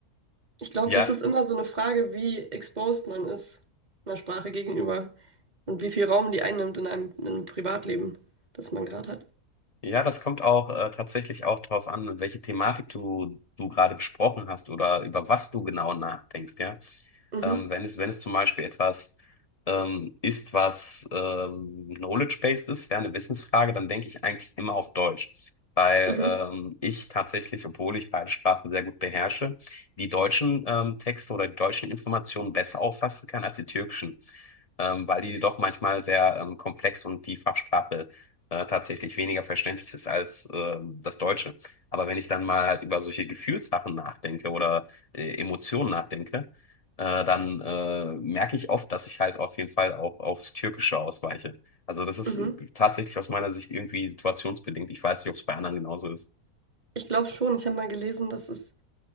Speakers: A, on the right; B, on the left.
A: Ich glaube,
B: Ja,
A: das ist immer so eine Frage, wie exposed man ist einer Sprache gegenüber. Und wie viel Raum die einnimmt in einem, in einem Privatleben, das man gerade hat.
B: Ja, das kommt auch äh, tatsächlich auch darauf an, welche Thematik du, du gerade besprochen hast oder über was du genau nachdenkst, ja.
A: Mhm,
B: Ähm, wenn es, wenn es zum Beispiel etwas ähm, ist, was ähm, knowledge-based ist, ja, eine Wissensfrage, dann denke ich eigentlich immer auf Deutsch. Weil
A: mhm,
B: ähm, ich tatsächlich, obwohl ich beide Sprachen sehr gut beherrsche, die deutschen ähm, Texte oder die deutschen Informationen besser auffassen kann als die türkischen. Ähm, weil die doch manchmal sehr ähm, komplex und die Fachsprache äh, tatsächlich weniger verständlich ist als ähm, das Deutsche. Aber wenn ich dann mal halt über solche Gefühlssachen nachdenke oder äh, Emotionen nachdenke, äh, dann äh, merke ich oft, dass ich halt auf jeden Fall auch aufs Türkische ausweiche. Also das ist
A: mhm.
B: äh, tatsächlich aus meiner Sicht irgendwie situationsbedingt. Ich weiß nicht, ob es bei anderen genauso ist.
A: Ich glaube schon, ich habe mal gelesen, dass es